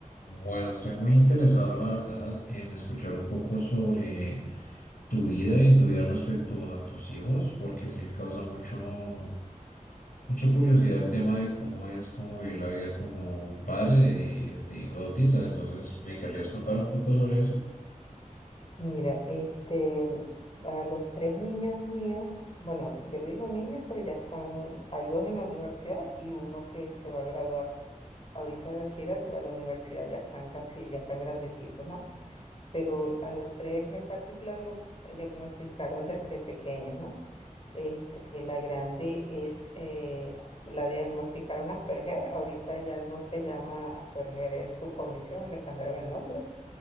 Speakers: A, on the left; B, on the left.
A: Bueno, estoy muy interesado, la verdad, en escuchar un poco sobre tu vida y tu vida respecto a tus hijos, porque sí me causa mucho, mucha curiosidad el tema de cómo es, cómo vivir la vida como un padre de, de hijos autistas. Entonces, ¿me querrías contar un poco sobre eso?
B: Mira, este, a los tres niños míos, bueno, yo le digo niños, pero ya están, hay dos en la universidad y uno que se va a graduar ahorita de bachillerato y va a la universidad, ya están casi, ya están grandecitos, ¿no? Pero a los tres en particular los diagnosticaron desde pequeños, ¿no? Este, la grande es, eh, la diagnosticaron Asperger, ahorita ya no se llama Asperger, es su condición, le cambiaron el nombre